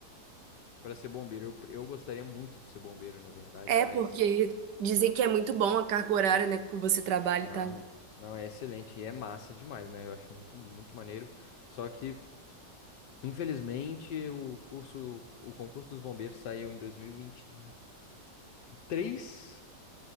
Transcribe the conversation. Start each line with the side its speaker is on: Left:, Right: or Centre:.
Left: para ser bombeiro. Eu, eu gostaria muito de ser bombeiro, na verdade,
Right: É,
Left: mas
Right: porque dizem que é muito bom a carga horária, né, que você trabalha
Left: Ah,
Right: e tal.
Left: não, é excelente e é massa demais, né? Eu acho muito, muito maneiro. Só que, infelizmente, o curso, o concurso dos bombeiros saiu em dois mil e e vinte e três,